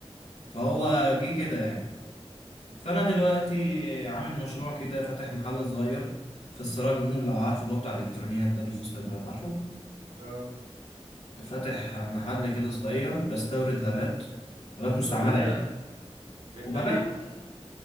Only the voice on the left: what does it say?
فهو جه كده يعني
فانا دلوقتي عامل مشروع كده فاتح محل صغير في السراج مول لو عارفه اللي هو بتاع الالكترونيات ده اللي في وسط البلد عارفه
فاتح محل كده صغير بستورد لابات لابات مستعمله
يعني
وببيعها